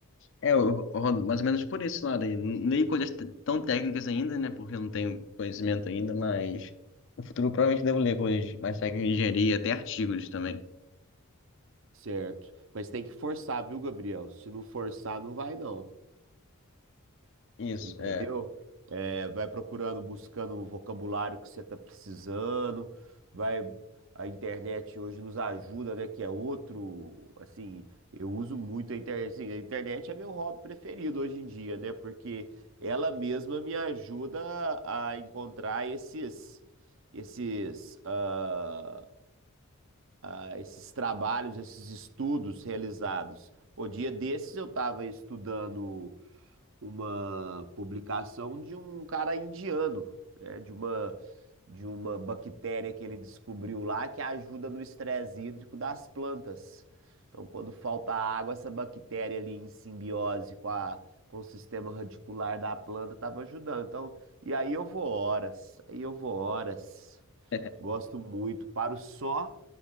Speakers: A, on the left (about 55°); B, on the right (about 60°).
A: É, eu rodo mais ou menos por esse lado aí. Não coisas t- tão técnicas ainda, né? Porque eu não tenho conhecimento ainda, mas no futuro provavelmente devo ler coisas mais técnicas de engenharia, até artigos também.
B: certo. Mas tem que forçar, viu, Gabriel? Se não forçar, não vai, não.
A: Isso,
B: Entendeu?
A: é.
B: É, vai procurando, buscando um vocabulário que você está precisando, vai. A internet hoje nos ajuda, né? Que é outro, assim, eu uso muito a internet. assim, a internet é meu hobby preferido hoje em dia, né? Porque ela mesma me ajuda a a encontrar esses, esses, ah, ah, esses trabalhos, esses estudos realizados. Pô, dia desses eu estava estudando uma publicação de um cara indiano, né? De uma, de uma bactéria que ele descobriu lá que ajuda no estresse hídrico das plantas. Então, quando falta água, essa bactéria ali em simbiose com a, com o sistema radicular da planta estava ajudando. Então, e aí eu vou horas, aí eu vou horas.
A: <laughs>
B: Gosto muito, paro só